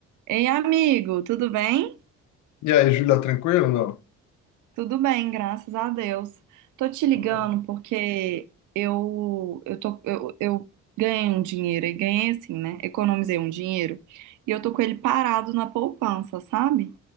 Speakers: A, on the right; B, on the left.
A: Ei, amigo, tudo bem?
B: E aí, Júlia, tranquilo? Não?
A: Tudo bem, graças a Deus. Tô te
B: Então
A: ligando
B: tá bom.
A: porque eu eu tô eu, eu ganhei um dinheiro e ganhei assim, né? Economizei um dinheiro e eu tô com ele parado na poupança, sabe?